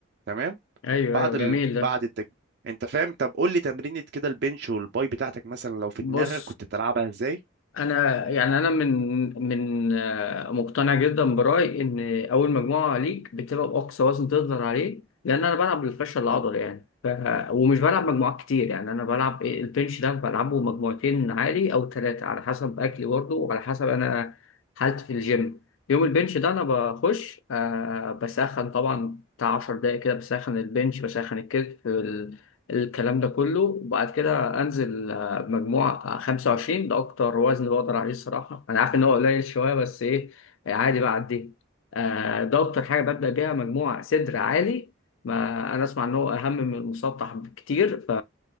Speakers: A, on the right; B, on the left.
A: تمام
B: ايوه
A: بعد
B: ايوه جميل
A: ال...
B: ده
A: بعد التج... انت فاهم طب قول لي تمرينة كده البنش والباي بتاعتك مثلا لو في
B: بص
A: دماغك كنت بتلعبها ازاي
B: انا يعني انا من من آه، مقتنع جدا برايي ان اول مجموعه ليك بتبقى باقصى وزن تقدر عليه لان انا بلعب بالفشل العضلي يعني ف... ومش بلعب مجموعات كتير يعني انا بلعب إيه، البنش ده بلعبه مجموعتين عالي او ثلاثه على حسب اكلي برضه وعلى حسب انا حالتي في الجيم يوم البنش ده انا بخش آه بسخن طبعا بتاع 10 دقايق كده بسخن البنش بسخن الكتف ال... الكلام ده كله وبعد كده انزل مجموع 25 ده اكتر وزن بقدر عليه الصراحه انا عارف ان هو قليل شويه بس ايه آه، عادي بعديه آه ده اكتر حاجه ببدا بيها مجموع صدر عالي ما انا اسمع ان هو اهم من المسطح بكتير ف